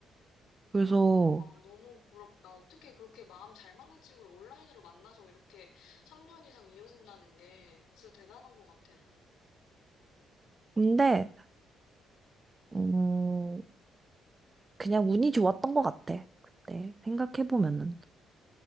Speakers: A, on the right; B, on the left.
A: 그래서,
B: 우와, 너무 부럽다. 어떻게 그렇게 마음 잘 맞는 친구를 온라인으로 만나서 이렇게 3년 이상 이어진다는 게 진짜 대단한 것 같아, 난.
A: 근데, 음, 그냥 운이 좋았던 것 같아. 그때 생각해보면은.